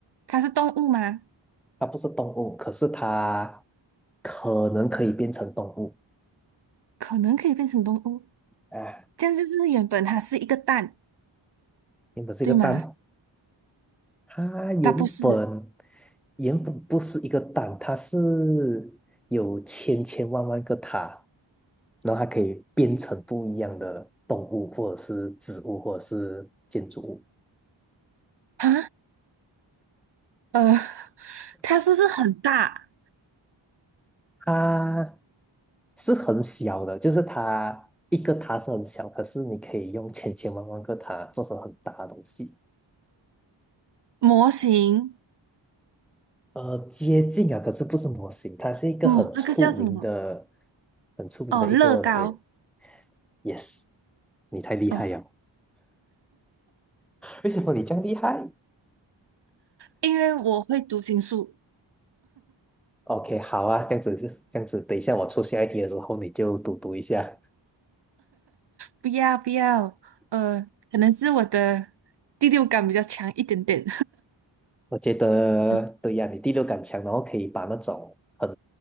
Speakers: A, on the right; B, in the centre.
A: 它是动物吗？
B: 它不是动物，可是它可能可以变成动物。
A: 可能可以变成动物，
B: 啊，
A: 这样就是原本它是一个蛋，
B: 原的这个蛋，
A: 对吗？
B: 它原本
A: 它不是
B: 原本不是一个蛋，它是有千千万万个塔，然后它可以变成不一样的动物，或者是植物，或者是建筑物。
A: 啊，呃，它是不是很大
B: 它是很小的，就是它一个塔是很小，可是你可以用千千万万个塔做成很大的东西。
A: 模型？
B: 呃，接近啊，可是不是模型，它是一个很出名的、
A: 嗯，那个叫什么？
B: 很出名的一个
A: 哦，乐高。
B: brand。Yes，你太厉害了。
A: 哦，
B: 为什么你这样厉害
A: 因为我会读心术，
B: ？OK，好啊，这样子就这样子，等一下我出下一题的时候你就读读一下。
A: 不要不要。呃，可能是我的第六感比较强一点点。
B: 我觉得对呀、
A: <laughs>
B: 你第六感强，然后可以把那种很